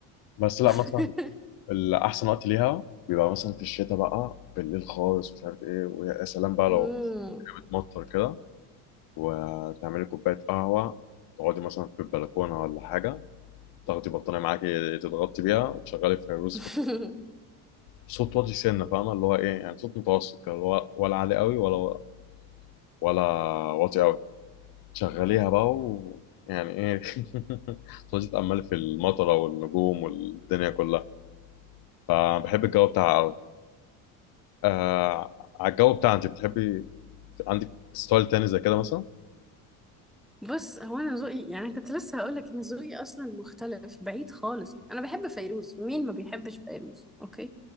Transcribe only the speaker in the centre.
<laughs>
مم.
<laughs>
بص هو انا ذوقي يعني كنت لسه هقول لك ان ذوقي اصلا مختلف بعيد خالص انا بحب فيروز مين ما بيحبش فيروز اوكي